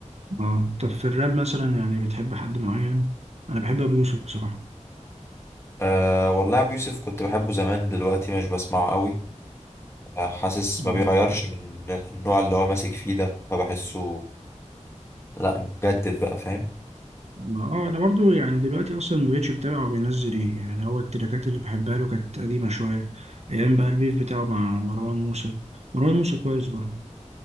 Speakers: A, on the right; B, on the left.
A: اه طب في الراب مثلا يعني بتحب حد معين انا بحب ابو يوسف بصراحه
B: آه والله ابو يوسف كنت بحبه زمان دلوقتي مش بسمعه قوي آه حاسس
A: اه
B: ما بيغيرش من النوع اللي هو ماسك فيه ده فبحسه لا جدد بقى فاهم
A: ما اه انا برضو يعني دلوقتي اصلا ما بقتش بتابع هو بينزل ايه يعني هو التراكات اللي بحبها له كانت قديمه شويه ايام بقى البيف بتاعه مع مروان موسى مروان موسى كويس برضو